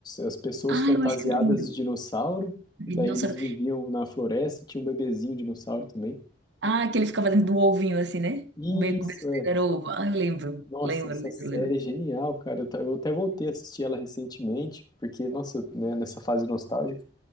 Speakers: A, on the left; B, on the right.
A: as pessoas
B: ah,
A: fantasiadas
B: eu acho que eu lembro.
A: de dinossauro,
B: Não
A: e daí eles
B: sabe.
A: viviam na floresta, e tinha um bebezinho dinossauro também.
B: Ah, que ele ficava dentro do ovinho assim, né?
A: Isso,
B: O bacon dele
A: é.
B: era ovo. Ah, eu lembro,
A: Nossa,
B: lembro,
A: essa série
B: lembro,
A: é genial, cara. Eu, ta- eu até voltei a assistir ela recentemente, porque, nossa, né, nessa fase nostálgica.